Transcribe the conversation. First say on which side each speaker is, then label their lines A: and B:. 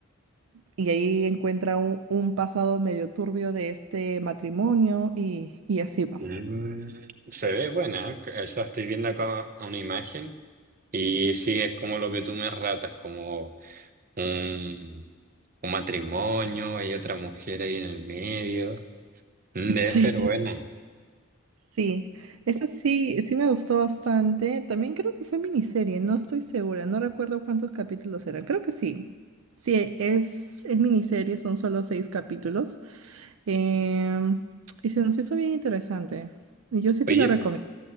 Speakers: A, on the right; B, on the right.
A: y ahí encuentra un, un pasado medio turbio de este matrimonio y, y así va.
B: Mm, se ve buena, ¿eh? O sea, estoy viendo acá una imagen y sí, es como lo que tú me ratas, como un, un matrimonio, hay otra mujer ahí en el medio. Mm,
A: <laughs>
B: Debe ser buena.
A: Sí, sí. Esa sí, sí me gustó bastante. También creo que fue miniserie, no estoy segura, no recuerdo cuántos capítulos eran. Creo que sí. Sí, es, es miniserie, son solo seis capítulos. Em, y se nos hizo bien interesante. Y Yo sí te
B: Oye,
A: la recomiendo.